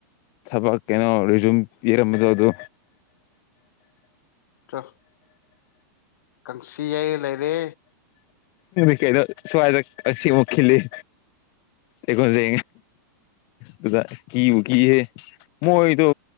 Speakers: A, on the left; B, on the left.
A: ꯊꯕꯛ ꯀꯩꯅꯣ ꯔꯤꯖꯨꯝ ꯄꯤꯔꯝꯕꯗꯣ ꯑꯗꯨ
B: ꯑ ꯀꯪꯁꯤꯌꯦ ꯂꯩꯔꯦ
A: ꯀꯩꯅꯣ ꯁ꯭ꯋꯥꯗ ꯑꯁꯤ ꯃꯨꯈꯤꯤ ꯂꯩ ꯑꯩꯀꯣꯣꯟꯁ ꯑꯗꯨꯗ ꯀꯤꯕꯨ ꯀꯤꯍꯦ ꯃꯣꯏꯗꯣ